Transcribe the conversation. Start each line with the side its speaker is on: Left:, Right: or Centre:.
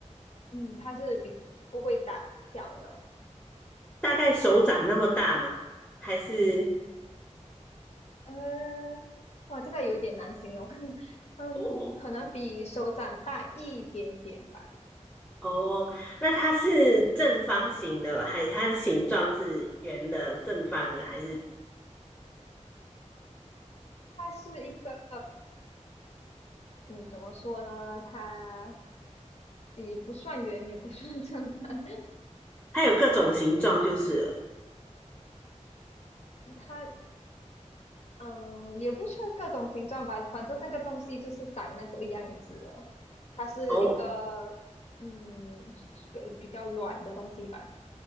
Left: 嗯，它是比不会打小的。
Centre: 大概手掌那么大吗？还是
Left: 呃，哇，这个有点难形容，<laughs> 嗯，
Centre: 哦
Left: 可能比手掌大一点点吧。
Centre: 哦，那它是正方形的，还是它的形状是圆的、正方的，还是
Left: 它是一个，嗯，怎么说呢？它也不算圆，也不算正方，<laughs>
Centre: 它有各种形状就是了
Left: 它，嗯，也不算各种形状吧。反正那个东西就是长那个样子了。它是一个，
Centre: 哦
Left: 嗯，是个比较软的东西吧。